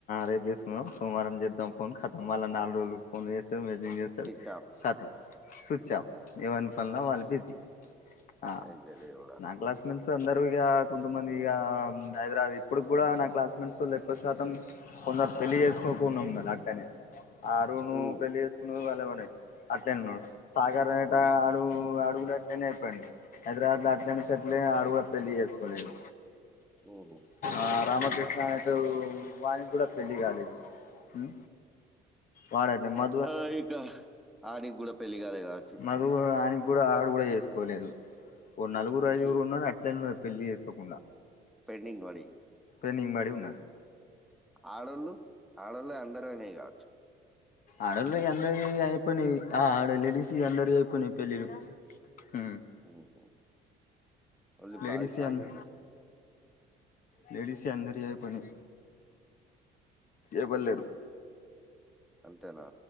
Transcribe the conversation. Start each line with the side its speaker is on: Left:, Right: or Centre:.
Left: రేపు చేసుకుందాం
Centre: హ్మ్.
Left: సోమవారం చేద్దాం ఫోన్ కతాం మళ్ళా నాలుగు రోజులు ఫోన్ చేస్తారు మెసేజ్ చేస్తారు
Centre: స్విచ్ ఆఫ్
Left: కతాం స్విచ్ ఆఫ్ ఎవని పనుల
Centre: అంతే.
Left: వాళ్ళు బిజీ ఆ
Centre: అయ్య దేవుడా!
Left: నా క్లాస్ మెట్స్ అందరూ ఇగ కొంతమంది ఈ హైదరాబాద్ ఇ ఇప్పుడు కూడా నా క్లాస్మేట్స్ వాళ్ళు ఎక్కువ శాతం కొందరు పెళ్లి చేసుకోకుండా ఉన్నారు అట్లనే అరుణ్ ను
Centre: హ్మ్.
Left: పెళ్ళి చేసుకును వాళ్ళవనేయి అట్లానే ఉన్నాడు సాగర్ అనేట
Centre: హ్మ్.
Left: వాడు వాడు కూడా అట్లానే అయిపోయిండు హైదరాబాద్ ద అట్లానే సట్లే ఆడ కూడా పెళ్లి చేసుకోలేదు
Centre: ఉహో
Left: ఆ రామకృష్ణ అనేటోడు వాని కూడా పెళ్లి కాలేదు ఉ వాడ అట్నే మం
Centre: ఆ ఇక ఆడకి కూడా పెళ్లి కాలే కావచ్చు
Left: నలుగురు ఆని కూడా ఆడు కూడా చేసుకోలేదు ఓ నలుగురు ఐదుగురు
Centre: ఛీ
Left: ఉన్నా అట్లా ఉన్నారు పెళ్లి చేసుకోకుండా
Centre: పేడింగ్ వడి
Left: ప్రెనింగ్ మరిడి ఉన్నాలు
Centre: ఆడళ్ళు ఆడళ్ళు అందరునే కావచ్చు
Left: ఆడోళ్ళు అందరి అయిపోయినాయి ఆ ఆడోళ్ళు లేడీస్ అందరి అయిపోయినాయి పెళ్లిళ్లు హు
Centre: ఊహు. ఓన్లీ
Left: లేడీస్
Centre: బాయ్స్ ఆగి
Left: అంద
Centre: ఉన్నారు
Left: లేెడిస్ అందరి అయిపోయి ఎవరు
Centre: ఊ,
Left: లేరు
Centre: అంతేనా